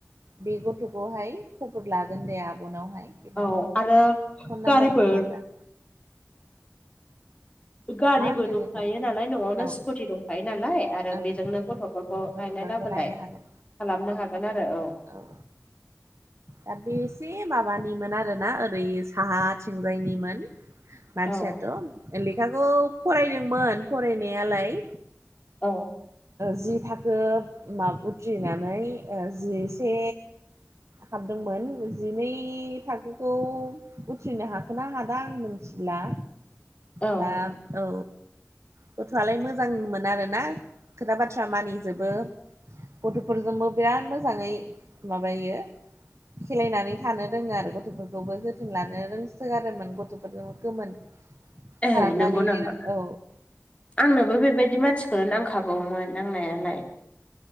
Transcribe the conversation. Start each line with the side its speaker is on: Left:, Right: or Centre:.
Right: बे गथ'खौहाय खबर लागोन दे आबनावहाय। बिनाव
Left: औ आरो
Right: फन
Left: गारिफोर
Right: नाम्बारबो दं दा।
Left: गारिबो
Right: मा होनदों
Left: दंखायो
Right: लोगो
Left: नालाय न'आवनो
Right: औ
Left: स्कुटि दंखायो नालाय। आरो
Right: ओं
Left: बेजोंनो गथ'फोरखौ रायलाय
Right: गथ'फोरखौ
Left: लाबोलाय
Right: लायनो
Left: खालामनो
Right: हागोन
Left: हागोन आरो औ।
Right: औ। दा बे एसे माबानिमोन आरोना ओरै साहाथिंजायनिमोन। मानसियाथ'
Left: औ
Right: लेखाखौ फरायदोंमोन फरायनायालाय।
Left: औ।
Right: जि थाखो माब उथ्रिनानै जिसे हाबदोंमोन जिनै थाखोखौ उथ्रिनो हाखो ना हादा आं मिथिला।
Left: औ
Right: दा औ गथ'आलाय मोजांमोन आरोना। खोथा बाथ्रा मानिजोबो गथ'फोरजोंबो बिराद मोजाङै माबायो खेलायनानै थानो रोङो आरो गथ'फोरखौबो जोथोन लानो रोंसोगारोमोन गथ'फोर गोमोन।
Left: ए
Right: खालामनानै
Left: नंगौ नामा?
Right: औ
Left: आंनोबो बेबायदि मानसि फोर नांखागौमोन नांनायालाय